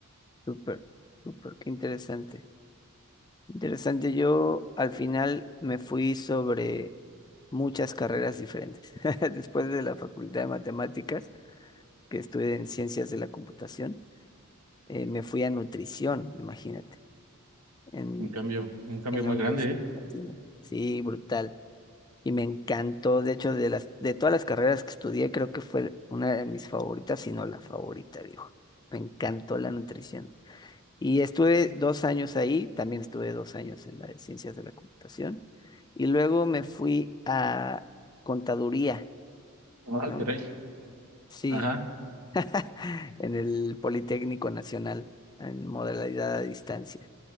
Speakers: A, on the left; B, on the right.
A: Súper, súper, qué interesante. Interesante, yo al final me fui sobre muchas carreras diferentes. <laughs> Después de la Facultad de Matemáticas, que estudié en Ciencias de la Computación, eh, me fui a nutrición, imagínate, en,
B: Un cambio, un cambio
A: en
B: muy
A: la Universidad
B: grande, ¿eh?
A: Latina. Sí, brutal. Y me encantó, de hecho, de las, de todas las carreras que estudié, creo que fue una de mis favoritas, si no la favorita, dijo. Me encantó la nutrición. Y estuve dos años ahí, también estuve dos años en la de ciencias de la computación. Y luego me fui a contaduría,
B: Ah,
A: ¿no?
B: caray.
A: Sí,
B: Ajá.
A: <laughs> en el Politécnico Nacional, en modalidad a distancia.